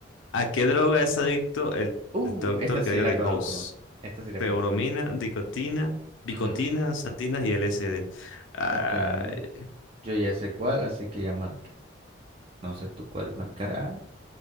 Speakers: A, on the left (about 80°); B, on the right (about 30°).
A: ¿A qué droga es adicto el,
B: Uh,
A: doctor
B: esta sí
A: Gregory
B: la conozco,
A: House?
B: esta sí la
A: Teobromina,
B: conozco.
A: dicotina, bicotina,
B: Ujú,
A: santinas y LSD. Ay,
B: Ok, yo ya sé cuál, así que ya marqué. No sé tú cuál marcará,